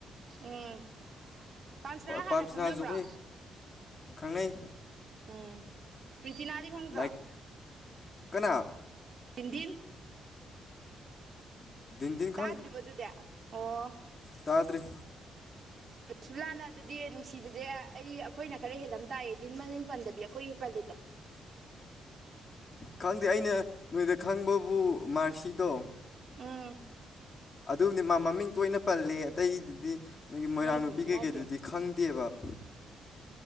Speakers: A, on the right (about 45°); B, on the left (about 30°).
A: ꯎꯝ ꯄꯥꯟꯁꯅꯥ ꯍꯥꯟꯅ
B: ꯄꯥꯝꯁꯅꯥꯁꯨ
A: ꯈꯪꯅꯕ꯭ꯔꯣ
B: ꯑꯩꯈꯣꯏ ꯈꯪꯅꯩ
A: ꯎꯝ ꯄ꯭ꯇꯤꯅꯥꯗꯤ ꯈꯪꯗ꯭ꯔ
B: ꯂꯥꯏꯛ ꯀꯅꯥ
A: ꯍꯤꯟꯗꯤꯤꯟ
B: ꯗꯤꯟ ꯗꯤꯟ
A: ꯇꯥꯗ꯭ꯔꯤꯕꯗꯨꯗꯦ ꯑꯣ
B: ꯇꯥꯗ꯭ꯔꯔꯤ
A: ꯁꯂꯥꯟꯅ ꯑꯗꯨꯗꯤ ꯅꯨꯡꯁꯤꯕꯁꯦ ꯑꯩꯈꯣꯏꯅ ꯈꯔ ꯍꯦꯜꯂꯝꯗꯦ ꯇꯥꯏꯌꯦꯗꯤꯟ ꯃꯃꯤꯡ ꯄꯟꯗꯕꯤ ꯑꯩꯈꯣꯏꯒꯤ ꯄꯜꯂꯤꯗ
B: ꯈꯪꯗꯦ ꯑꯩꯅ ꯅꯣꯏꯗ ꯈꯪꯕꯕꯨ ꯃꯥꯁꯤꯗꯣ
A: ꯎꯝ
B: ꯑ ꯃꯃꯤꯡ ꯇꯣꯏꯅ ꯄꯜꯂꯦ ꯑꯇꯩꯗꯨꯗꯤ ꯅꯪꯣꯏꯒꯤ ꯃꯣꯏꯔꯥꯡ
A: ꯏꯃꯥꯏ
B: ꯅꯨꯄꯤ
A: ꯄꯦꯝꯃ
B: ꯀꯩꯀꯩꯗꯨꯗꯤ
A: ꯏꯃꯥꯏ ꯄꯦꯝꯃ
B: ꯈꯪꯗꯦꯕ <inaudible>